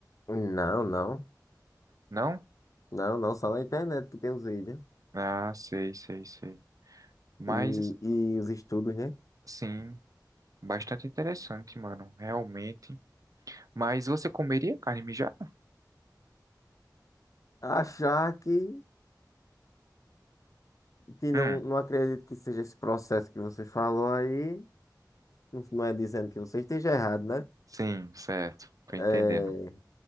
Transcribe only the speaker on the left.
Não, não.
Não, não, só na internet que tem os vídeos.
E, e os estudos, né?
Achar que, que não,
não acredito que seja esse processo que você falou aí, não, não é dizendo que você esteja errado, né?
É,